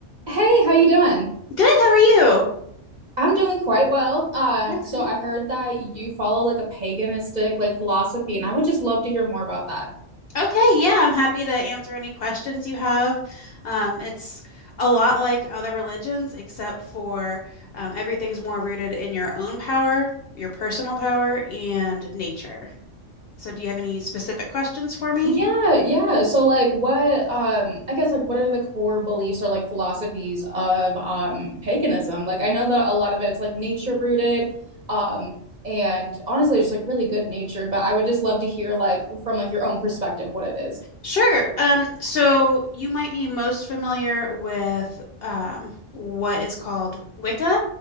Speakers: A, on the right (about 40°); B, on the left (about 60°).
A: Hey, how you doing?
B: Good, how are you?
A: I'm doing quite well. Um,
B: That's
A: so
B: good.
A: I heard that you follow like a paganistic like philosophy, and I would just love to hear more about that.
B: Okay, yeah, I'm happy to answer any questions you have. Um, it's a lot like other religions, except for um, everything's more rooted in your own power, your personal power, and nature. So, do you have any specific questions for me?
A: Yeah, yeah. So like what um I guess like what are the core beliefs or like philosophies of um paganism? Like I know that a lot of it's like nature rooted, um, and honestly just like really good natured, but I would just love to hear like from like your own perspective what it is.
B: Sure. Um, so you might be most familiar with um, what is called Wicca,